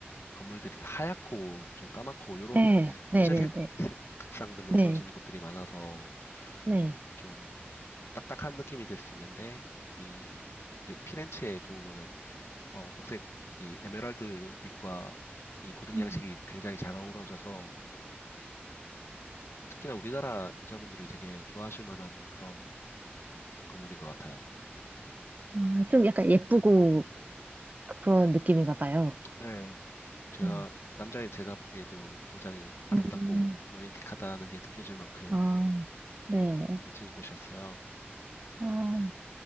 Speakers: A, on the left; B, on the right.
A: 건물들이 하얗고 좀 까맣고 이런
B: 네,
A: 무채색
B: 네네네. 네.
A: 색상들로
B: 네.
A: 이루어진
B: 네.
A: 곳들이 많아서
B: 네.
A: 좀 딱딱한 느낌이 들 수 있는데 이 베- 피렌체의 도우모는 어, 녹색 이 에메랄드 빛과 이 고등
B: 음.
A: 양식이 굉장히 잘 어우러져서 특히나 우리나라 여자분들이 되게 좋아하실 만한 그런 건물인 것 같아요.
B: 아, 좀 약간 예쁘고 그런 느낌인가 봐요.
A: 네, 제가
B: 네.
A: 남자인 제가 보기에도 굉장히 아름답고
B: 음,
A: 로맨틱하다는 게 느껴질 만큼
B: 아, 네.
A: 멋진 곳이었어요.
B: 아,